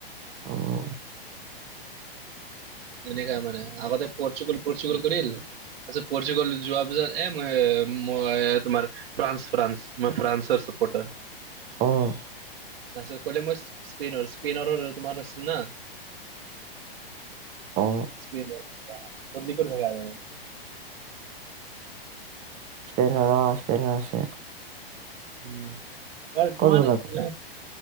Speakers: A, on the right; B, on the right.
A: অ'
B: এনেকা মানে আগতে পৰ্চ্চোগুগ পৰ্চুগুল কৰিল। আচছা পচুগাল যোৱা বজাৰ, এ মই মই তোমাৰ ফ্ৰান্স, ফ্ৰান্স। মই ফ্ৰান্স চপৰ্টাৰ।
A: অ'।
B: তাৰপিছত ক'লে মই স্পিনৰ, স্পিনাৰৰ তোমাৰ আছিল না
A: অ।
B: <unintelligible>
A: স্পেইনৰ অ', স্পেইনৰ আছে।
B: উম'। আৰু
A: ক'ত
B: তোমাৰ
A: গ'লা তুমি?
B: অ',